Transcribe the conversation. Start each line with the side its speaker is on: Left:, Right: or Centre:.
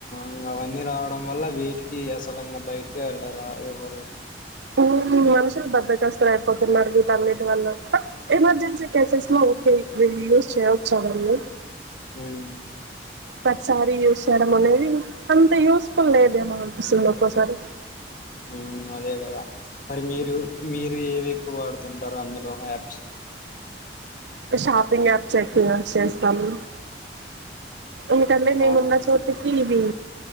Left: ఇంగ వన్నీ రా డం వల్ల వీటికి అసలంగా బయట ఇంటికే ఎళ్ళరా ఎవరు?
Right: ఉమ్ మనుషులు బద్దకస్తలు అయిపోతున్నారు వీటన్నిటి వల్ల, ఎమర్జెన్సీ కేసెస్ లో ఓకే యూజ్ చేయవచ్చవన్నీ.
Left: ఉమ్
Right: ప్రతిసారి యూస్ చేయడం అనేది అంత యూస్ ఫుల్ లేదేమో అనిపిస్తుంది ఒక్కోసారి.
Left: హ్మ్ అదే గదా మరి మీరు మీరు ఏవి ఎక్కువ వాడుతుంటారు అందులో యాప్ స్
Right: ఇ షాపింగ్ యాప్స్ ఎక్కువ చేస్తాము ఎందుకంటే నేనున్న
Left: అవును
Right: చోటి ఇవి